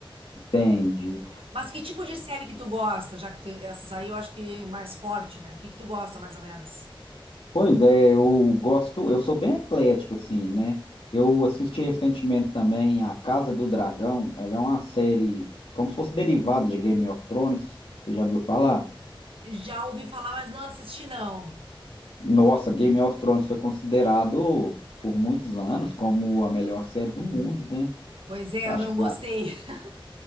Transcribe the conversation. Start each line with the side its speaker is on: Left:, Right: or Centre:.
Left: entendi.
Right: Mas que tipo de série que tu gosta? Já que tu- essas aí eu acho que mais forte, né? O que que tu gosta, mais ou menos?
Left: Pois é, eu gosto, eu sou bem eclético, assim, né? Eu assisti recentemente também A Casa do Dragão, ela é uma série como se fosse derivada de Game of Thrones, você já viu falar?
Right: Já ouvi falar, mas não assisti, não.
Left: Nossa, Game of Thrones foi considerado por muitos anos como a melhor série do mundo, né?
Right: Pois é,
Left: Acho
Right: eu não
Left: que...
Right: gostei.
Left: vai.
Right: <laughs>